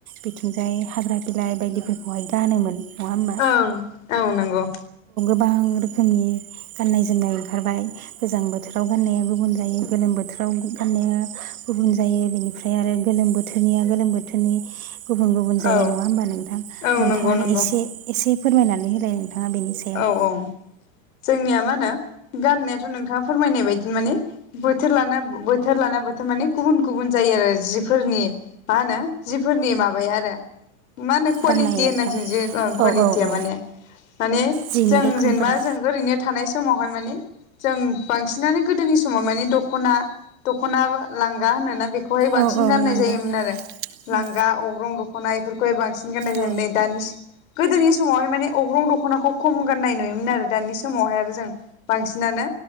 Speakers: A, on the right (about 85°); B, on the left (about 70°).
A: बिथिंजाय हाग्रा बिलाइ बायदिफोरखौहाय गानोमोन नङा होमबा
B: ओं औ नोंगौ
A: बां रोखोमनि गाननाय जोमनाय ओंखारबाय गोजां बोथोराव गाननाया गुबुन जायो, गोलोम बोथोराव गाननाया गुबुन जायो बेनिफ्राय आरो गोलोम बोथोरनिया गोलोम बोथोरनि गुबुन गुबुन जायो
B: औ
A: नङा होमबा नोंथां
B: औ
A: नोंथाङानो
B: नंगौ नंगौ
A: एसे एसे फोरमायनानै होलाय नोंथाङा बेनि सायाव?
B: औ औ जोंनिया मा होनो गाननायाथ' नोंथाङा फोरमायनाय बायदि माने बोथोर लाना बोथोर लाना बोथोर माने गुबुन गुबुन जायो आरो जिफोरनि मा होनो जिफोरनि माबाया आरो मा होनो कुवालिटि
A: गाननायफ्रा
B: होननांसिगोन जों जे ओ
A: औ
B: कुवालिटिया
A: औ औ
B: माने माने जों
A: जिनि रोखोमफोरा
B: जेनेबा जों ओरैनो थानाय समावहा माने जों बांसिनानो गोदोनि समाव माने दखना दखना लांगा होनोना बे खौहाय बांसिन
A: औ औ
B: गाननाय
A: लांगा
B: जायोमोन आरो लांगा
A: औ
B: अग्रं द ख्ना इफोरखौहाय बांसि न
A: औ
B: नै दानि गोदोनि समावहाय माने अग्रं दख'नाखौ गाननाय नुयोमोन आरो दानि समावहाय आरो जों बांसिनानो